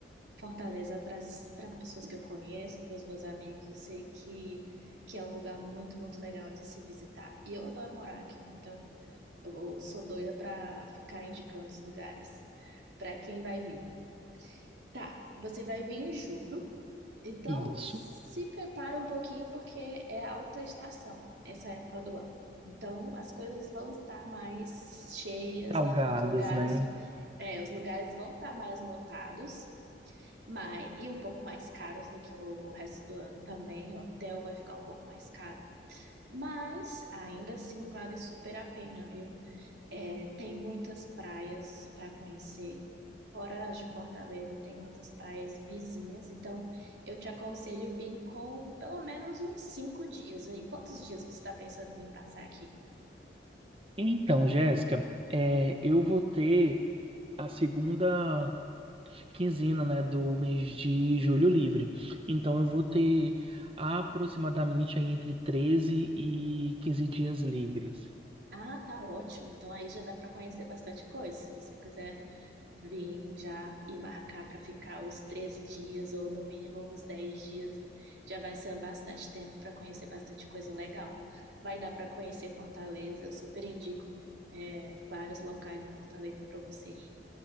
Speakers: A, on the right; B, on the right.
A: Fortaleza para as pessoas que eu conheço, para os meus amigos. Eu sei que, que é um lugar muito, muito legal de se visitar. E eu adoro morar aqui, então. Eu sou doida pra ficar indicando os lugares pra quem vai vir. Tá, você vai vir em julho, então
B: Isso.
A: se prepara um pouquinho porque é alta estação essa época do ano. Então as coisas vão estar mais cheias,
B: Salgadas,
A: os lugares,
B: né?
A: é, os lugares vão estar mais lotados, mas e um pouco mais caros do que o resto do ano também. O hotel vai ficar um pouco mais caro. Mas ainda assim vale super a pena, viu? É, tem muitas praias para conhecer. Fora as de Fortaleza, tem muitas praias vizinhas. Então, eu te aconselho vir com pelo menos uns cinco dias aí. Quantos dias você está pensando em vir passar aqui?
B: Então, Jéssica, é, eu vou ter a segunda quinzena, né, do mês de julho livre. Então, eu vou ter aproximadamente aí entre 13 e 15 dias livres.
A: Ah, tá ótimo. Então, aí já dá para conhecer bastante coisa. Se você quiser Vim já e marcar para ficar os 13 dias ou no mínimo uns 10 dias. Já vai ser bastante tempo para conhecer bastante coisa legal. Vai dar para conhecer Fortaleza, eu super indico é, vários locais em Fortaleza para você ir,